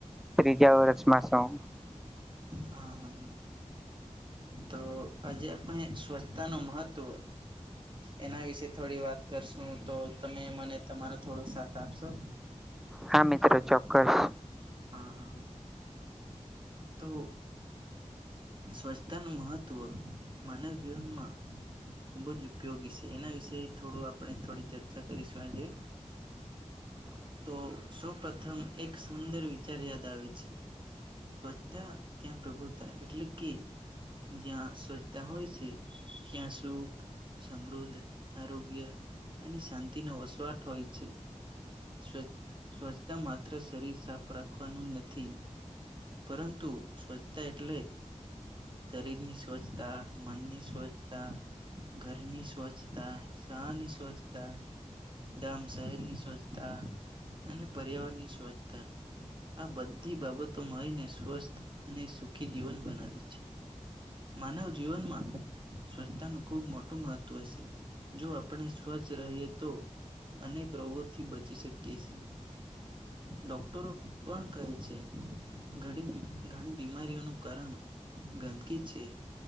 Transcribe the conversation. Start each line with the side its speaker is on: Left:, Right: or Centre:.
Centre: ત્રીજા વર્ષમાં સૌ.
Right: હા હ, તો આજે આપણે સ્વ પોતાનું મહત્વ એના વિશે થોડી વાત કરશું, તો તમે મને તમારા થોડોક સાથ આપશો?
Centre: હા, મિત્રો ચોક્કસ.
Right: હા હા, તો સ્વચ્છતાનું મહત્ત્વ‌. માનવ જીવનમાં ખૂબ જ ઉપયોગી છે, એના વિશે થોડું આપણે થોડી ચર્ચા કરીશું, આજે તો સૌ પ્રથમ એક સુંદર વિચાર યાદ આવે છે. સ્વચ્છતા ત્યાં પ્રભુતા એટલે કે જયા સ્વચ્છતા હોય છે, ત્યાં સુખ. સમૃદ્ધ, આરોગ્ય અને શાંતિનો વસવાટ હોય છે. સ્વ સ્વચ્છતા માત્ર શરીર. રાખવાનું નથી, પરંતુ સ્વચ્છતા એટલે શરીરની સ્વચ્છતા, મનની સ્વચ્છતા. ઘરની સ્વચ્છતા, શાળાની સ્વચ્છતા. ગામ શહેરની સ્વચ્છતા અને પર્યાવરણની સ્વચ્છતા. આ બધી બાબતો મળીને સ્વસ્થ અને સુખી જીવન બનાવે છે. માનવ જીવનમાં સ્વચ્છતાનું ખૂબ મોટું મહત્ત્વ હશે. જો આપણે સ્વચ્છ રહીએ તો. અનેક રોગોથી બચી શકીએ છીએ, ડોક્ટરો પણ કહે છે, ઘણી બધી બીમારીઓનું કારણ ગંદકી છે.